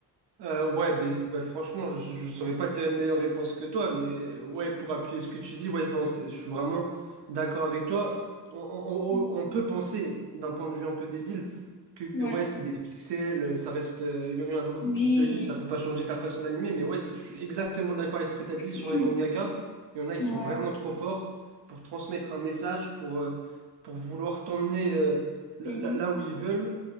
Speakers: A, on the right; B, on the left.
A: Euh, ouais, ben, ben, franchement, je ne saurais pas dire une meilleure réponse que toi, mais ouais, pour appuyer ce que tu dis, ouais, non, c'est- je suis vraiment d'accord avec toi. On, on-
B: Mm.
A: on- on peut penser, d'un point de vue un peu débile, que que,
B: Ouais,
A: ouais, c'est des pixels, euh, ça reste. euh, Il y en a beaucoup
B: oui,
A: qui te le disent, ça peut pas changer ta façon d'animer, mais ouais, c'est- je suis exactement d'accord avec ce que tu as dit
B: <clears throat>
A: sur les mangaka. Il y en a, ils
B: ouais,
A: sont vraiment trop forts pour transmettre un message, pour, euh, pour vouloir t'emmener euh, là,
B: mhm,
A: là- là où ils veulent.